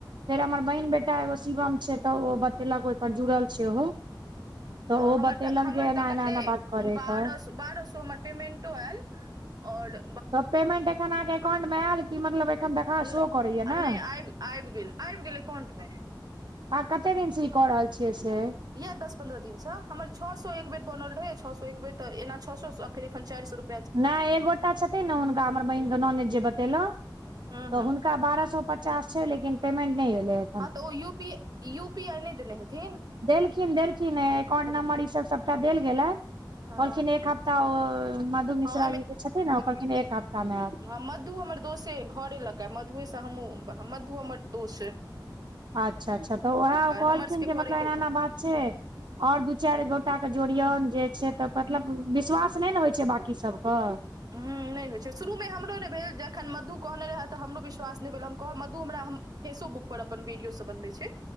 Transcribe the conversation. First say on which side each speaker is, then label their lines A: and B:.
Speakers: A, on the right; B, on the right.
A: फेर हमर बहिन बेटा एगो शिवम छैय तऽ ओ बतेलक ओहिप जुड़ल छैय ओहो तऽ
B: ह
A: ओ
B: हमर
A: बतेलक
B: तऽ हमर
A: जे एना
B: तऽ कते
A: एना एना बात करैके
B: बारह सौ बारह सए हमर पेमेन्टो आयल आओर
A: त पेमेंट एखन अहाँके एकाउंट मे आयल की मतलब एखन देखान
B: नहि
A: शो करैया ने?
B: नहि आबि आबि गेल आबि गेलै एकाउंटमे।
A: आहां कते दिन से ई क रहल छियै से?
B: इहे दस पन्द्रह दिन स हमर छओ सए एक बेर बनल रहै छ सए एक बेरऽना छओ सए फरन चारि सए
A: नहि एकगोटा छथिन ने हुनका हमर बहिन के ननैद जे बतेलहु
B: हूँ
A: तऽ
B: हूँ
A: हुनका बारह सए पचास छैय लेकिन पेमेंट नहि एलय।
B: हँ तऽ ओ यू पी यू पी आइ नहि देने हेथिन।
A: देलखिन देलखिन ह एकाउंट
B: तऽ
A: नंबर ई सब सबटा देल गेलय कहलखिन
B: हँ
A: एक हफ्त ता मधु मिश्रा
B: हँ
A: जी जे छथिन ने ओ एक हप्ता मे आयत।
B: ह मधु हमर दोषे घरे लऽक मधुए से हमहूँ मधु हमर दोष।
A: अच्छा अच्छा तऽ ओहे कहलखिन
B: हमर सबके
A: जे
B: घर
A: मतलब
B: एकेठाम
A: एना एना बात छैय। आओर दू चारि गोटाके जोड़ियौन जे छैय तऽ मतलब विश्वास नहि ने होइ छैय बाँकी सभके।
B: हूं नहि होइ छैय शुरूमे हमरो नहि भेल ज एखन मधु कहने रहय तऽ हमरो विश्वास नहि भेल हम कहब मधु हमरा हम फेसोबुक पर अपन वीडियो सब बनबै छय